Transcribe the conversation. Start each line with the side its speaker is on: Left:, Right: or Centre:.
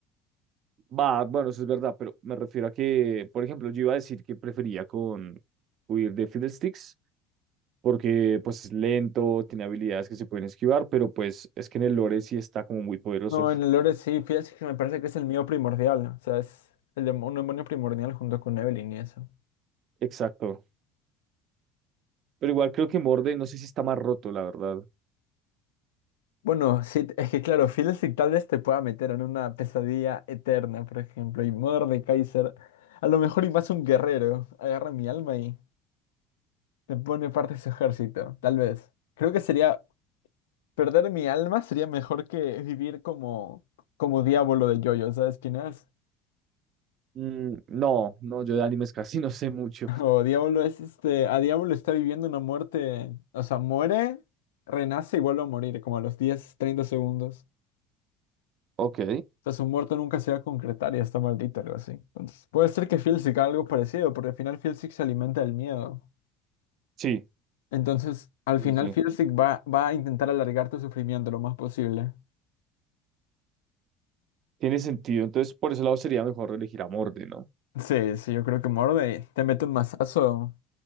Right: Va, bueno, eso es verdad, pero me refiero a que, por ejemplo, yo iba a decir que prefería con huir de Fiddlesticks, porque pues es lento, tiene habilidades que se pueden esquivar, pero pues es que en el lore sí está como muy poderoso.
Left: No,
Right: <laughs>
Left: en el lore sí, fíjate que me parece que es el mío primordial, o sea, es el demo- un demonio primordial junto con Evelyn y eso.
Right: Exacto. Pero igual creo que Morde, no sé si está más roto, la verdad.
Left: Bueno, sí, es que claro, Fiddlestick tal vez te pueda meter en una pesadilla eterna, por ejemplo, y de Kaiser a lo mejor y más un guerrero, agarra mi alma y me pone parte de su ejército, tal vez. Creo que sería, perder mi alma sería mejor que vivir como, como diablo de Jojo, ¿sabes quién es?
Right: Mm, no, no, yo de animes casi <laughs> no sé mucho.
Left: <laughs> O Diablo es este, a Diablo está viviendo una muerte, o sea, muere, renace y vuelve a morir, como a los 10 30 segundos.
Right: Ok.
Left: O sea, su muerte nunca se va a concretar y está maldito, algo así. Entonces, puede ser que Filsic haga algo parecido, porque al final Filsic se alimenta del miedo.
Right: Sí,
Left: Entonces, al
Right: sí,
Left: final
Right: sí. sí.
Left: Filsic va, va a intentar alargar tu sufrimiento lo más posible.
Right: Tiene sentido. Entonces, por ese lado sería mejor elegir a Morde, ¿no?
Left: Sí, sí, yo creo que morde, te mete un mazazo.